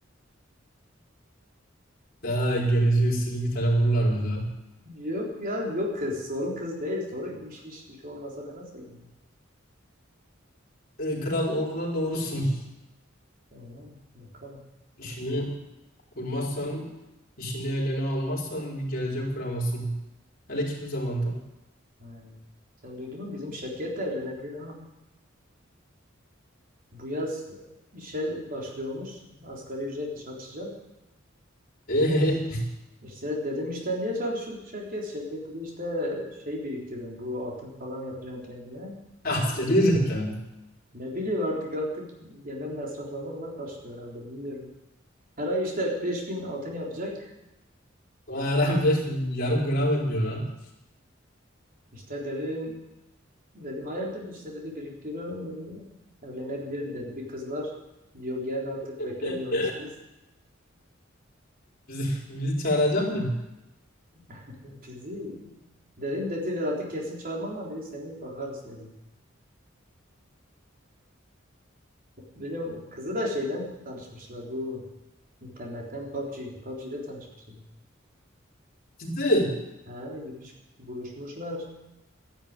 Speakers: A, on the left; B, on the right.
A: Sana da görece usulü bir tane vururlar bize.
B: Yok ya yok kız. Sorun kız değil. Sorun iş iş iş olmasa ben nasıl evlenirim?
A: E, kral orada doğrusun.
B: Bilmiyorum, Bakalım.
A: İşini kurmazsan, işini eline almazsan bir gelecek kuramazsın. Hele ki bu zamanda.
B: Hmm. Sen duydun mu? Bizim Şevket de evlenebilir ha. Bu yaz işe başlıyormuş. Asgari ücretle çalışacak.
A: Ee,
B: İşte dedim işte niye çalışıyorsun Şevket? Şevket dedi işte şey biriktiriyorum. Bu altın falan yapacağım kendime.
A: <laughs> askeri ücretle mi?
B: Ne bileyim artık artık yemek masraflarını onlar karşılıyor herhalde. Bilmiyorum. Her ay işte 5000 altın yapacak.
A: Ulan her an beş bin, <laughs> yarım gram etmiyor lan.
B: İşte dedim Dedim hayırdır işte dedi biriktiriyorum dedi. Evlenebilirim dedi. Bir kız var. Diyor gel artık
A: <laughs>
B: beklemiyormuş kız.
A: Bizi, bizi çağıracak mı?
B: <laughs> Bizi dedim dedi Vedat'ı kesin çağırmam ama dedi seni bakarız dedim. Biliyorum kızı da şeyden tanışmışlar bu internetten PUBG. PUBG'de tanışmışlar.
A: Ciddi.
B: Ha gitmiş buluşmuşlar.